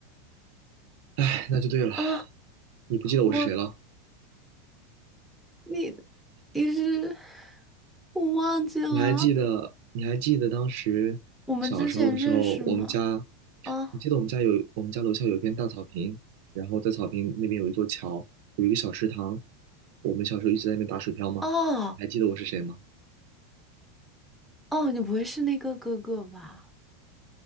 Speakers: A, on the right; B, in the centre.
A: 哎，那就对了。
B: 啊，
A: 你不记得我是谁了？
B: 我你你是我忘记了，
A: 你还记得？你还记得当时小时候的时候，
B: 我们之前认识吗？
A: 我们家，
B: 啊
A: 你记得我们家有我们家楼下有一片大草坪，然后在草坪那边有一座桥，有一个小池塘，我们小时候一直在那边打水漂吗？
B: 哦
A: 你还记得我是谁吗？
B: 哦，你不会是那个哥哥吧？